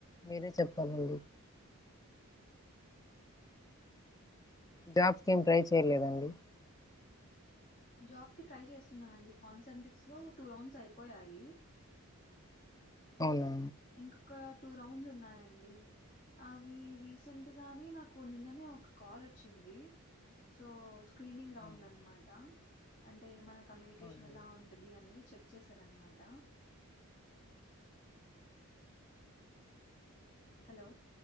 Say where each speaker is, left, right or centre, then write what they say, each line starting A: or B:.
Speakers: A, on the left (about 15°); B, on the left (about 40°).
A: మీరే చెప్పాలండి జాబ్స్ కి ఏం ట్రై చేయలేదా అండి
B: జాబ్ కి ట్రై చేస్తున్నా అండి కాన్సెంట్రిక్స్ లో టూ రౌండ్స్ అయిపోయాయి
A: అవునా
B: ఇంకొక టూ రౌండ్స్ ఉన్నాయండి అవి రీసెంట్గానే నాకు నిన్ననే ఒక కాల్ వచ్చింది సో స్క్రీనింగ్ రౌండ్
A: ఆ!
B: అనమాట అంటే మన కమ్యూనికేషన్
A: అవునండి
B: ఎలా ఉంటది అనేది చెక్ చేసారనమాట హలో